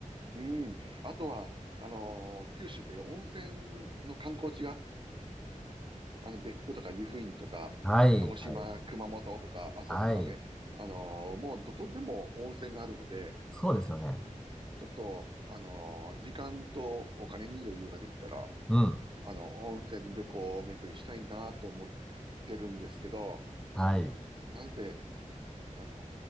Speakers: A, on the right; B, in the centre.
A: うん。あとは、あのー九州って温泉の観光地が、あの、別府とか湯布院とか、
B: はい、
A: 鹿児島、
B: はい、
A: 熊本とか、阿蘇とかね、
B: はい。
A: あのーもうどこでも温泉があるので、
B: そうですよね。
A: ちょっと、あのー時間とお金に余裕ができたら、
B: うん。
A: あの、温泉旅行巡りしたいなと思ってるんですけど、
B: はい。
A: なんせ、あの